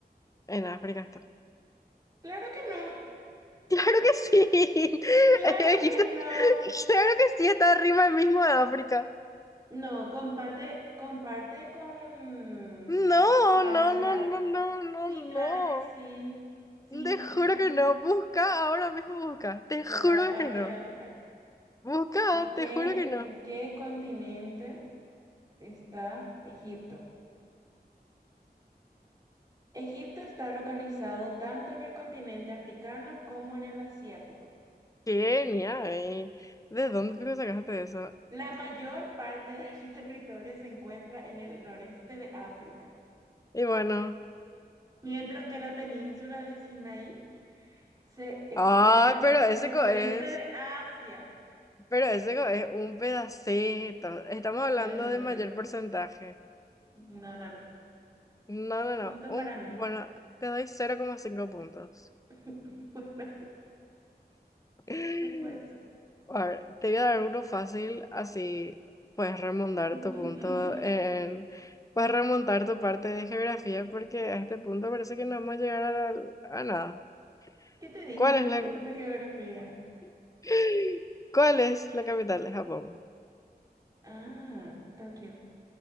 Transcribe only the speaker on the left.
En África está.
Claro que sí.
<laughs> Dijiste,
Claro que sí, está arriba mismo de África.
No,
no, no, no, no, no,
no.
Te juro
que no. Busca, ahora mismo busca. Te
juro
que no.
Busca,
te juro que no.
Kenia, ¿De dónde fijo sacaste eso?
Y bueno.
Ay, pero
ese
co
es.
Pero ese co es un pedacito. Estamos hablando
de mayor porcentaje.
No, no,
no. Un,
bueno, te doy 0,5 puntos.
<laughs>
A ver, te voy a dar uno fácil, así puedes remontar
tu punto en, puedes remontar tu parte de geografía porque a este punto parece que no vamos a llegar a, a nada.
¿Cuál
es
la,
<gasps> <laughs> cuál es la capital de Japón?